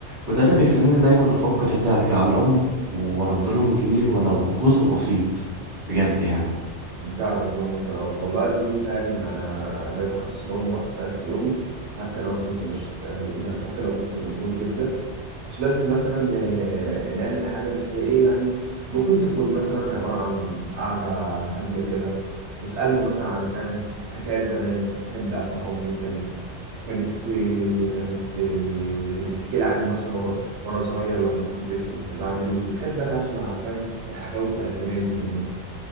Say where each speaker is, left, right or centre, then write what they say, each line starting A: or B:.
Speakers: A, on the right (about 20°); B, on the right (about 75°).
A: وده اللي بيخليني دايما افكر ازاي ارجع لهم وارد لهم الجميل ولو جزء بسيط بجد يعني
B: الدعم اللي هم كانوا عطوه. والله يا زميلي فاهم انا بقيت حاسس لهم وقت فاهم في يومي حتى لو كنت مش آه، يعني حتى لو كنت مشغول جدا مش لازم مثلا آه، نعمل حاجة بس إيه يعني ممكن تكون مثلا عبارة عن قعدة هادية كده بسألهم مثلا عن فاهم حكايات زمان بحب أسمع أمي كانت كانت آه، كانت آه، بتحكي لي عني مثلا وأنا وأنا صغير لما كنت طفل كنت بعمل إيه بحب أنا أسمع فاهم الحكاوي بتاعت زمان دي منهم